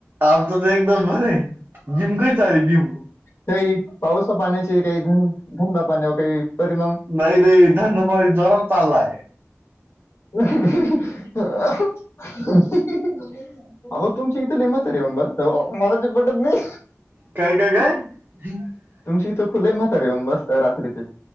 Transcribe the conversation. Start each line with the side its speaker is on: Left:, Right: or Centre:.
Right: आमचं तर एकदम बरं आहे जिम काही चालेल जिम
Left: काही पावसा पाण्याचे काही ध-धंदा पाण्यावर काही परिणाम?
Right: नाही नाही धंदा पाणी जोरात चाललाय.
Left: <unintelligible> अहो तुमची इथं लई म्हातारी आहे म्हण बा. हो मला ते पटत नाही.
Right: काय काय <unintelligible>
Left: तुमच्या इथं खुले म्हातारे येऊन बसता रात्रीचे.